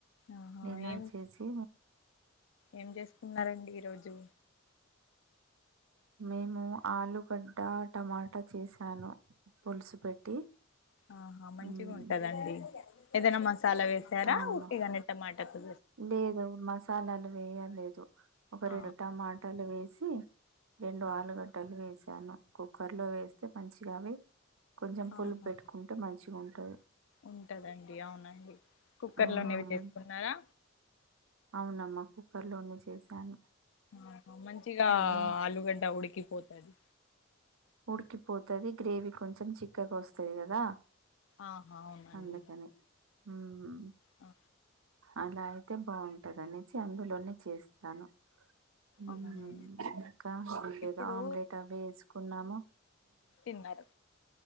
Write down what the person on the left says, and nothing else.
ఆహా
ఏం
ఏం చేసుకున్నారండి ఈ రోజు?
ఆహా మంచిగ
ఉంటదండి. ఏదైనా మసాలా వేసారా,
ఉట్టిగనే టమాట కు
ఆ
ఆ
ఆహా
ఉంటదండి అవునండి కుక్కర్
లోనే ఇవి చేసుకున్నారా
ఆహా మంచిగా
ఆలుగడ్డ ఉడికిపోతది
ఆహా అవునండి
ఆ
అవును
ఇప్పుడు
తిన్నారు